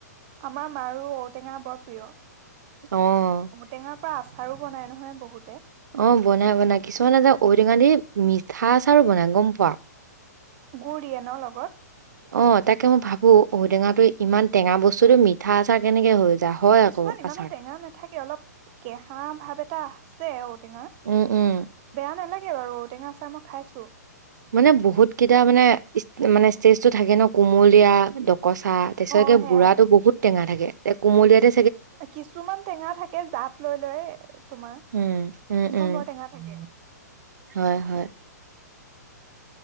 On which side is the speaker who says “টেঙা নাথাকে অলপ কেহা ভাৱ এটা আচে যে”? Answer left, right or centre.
Right